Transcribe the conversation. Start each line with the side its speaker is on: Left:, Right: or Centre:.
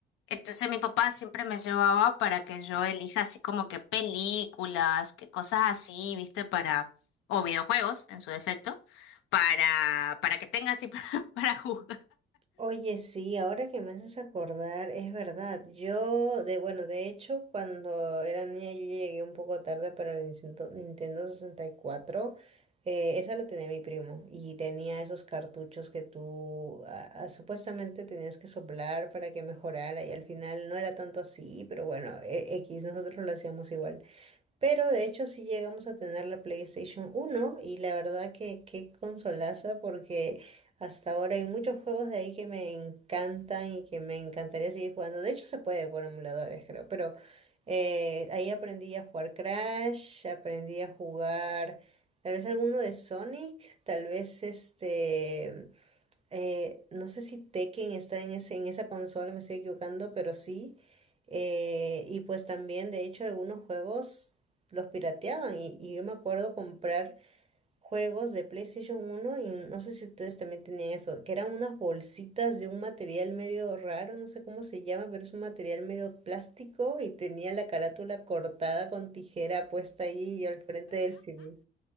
Left: Entonces mi papá siempre me llevaba para que yo elija así como que películas, que cosas así, viste, para, o videojuegos en su defecto, para, para que tenga así <laughs> para, para jugar.
Right: Oye, sí, ahora que me haces acordar, es verdad. Yo, de bueno, de hecho, cuando era niña yo llegué un poco tarde para el Nintendo, Nintendo 64. Eh, esa la tenía mi primo y tenía esos cartuchos que tú ah, ah, supuestamente tenías que soplar para que mejorara y al final no era tanto así, pero bueno, e- X, nosotros lo hacíamos igual. Pero de hecho sí llegamos a tener la PlayStation uno y la verdad que qué consolaza porque hasta ahora hay muchos juegos de ahí que me encantan y que me encantaría seguir jugando. De hecho se puede por emuladores creo, pero eh, ahí aprendí a jugar Crash, aprendí a jugar tal vez alguno de Sonic, tal vez este eh, no sé si Tekken está en ese, en esa consola, me estoy equivocando, pero sí. eh, y pues también, de hecho, algunos juegos los pirateaban. Y, y yo me acuerdo comprar juegos de PlayStation uno y no sé si ustedes también tenían eso, que eran unas bolsitas de un material medio raro, no sé cómo se llama, pero es un material medio plástico y tenía la carátula cortada con tijera puesta ahí al frente del CD.